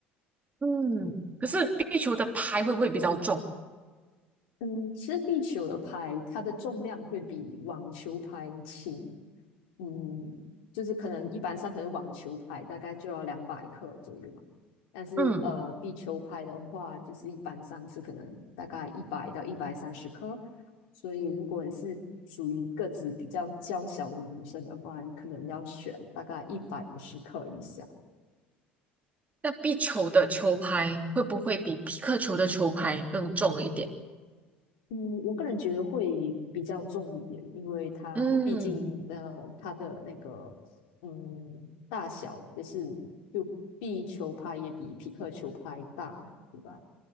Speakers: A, on the right; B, on the left.
A: 嗯，可是壁球的拍会不会比较重？
B: 嗯，其实壁球的拍，它的重量会比网球拍轻，嗯，就是可能一般上可能网球拍大概就要两百克左右嘛，但是呃，
A: 嗯。
B: 壁球拍的话，就是一般上是可能大概一百到一百三十克，所以如果你是属于个子比较娇小的女生的话，你可能要选大概一百五十克以下。
A: 那壁球的球拍会不会比皮克球的球拍更重一点？
B: 嗯，我个人觉得会比较重一点，因为它毕竟呃，
A: 嗯
B: 它的那个嗯大小也是，就壁球拍也比匹克球拍大嘛，对吧？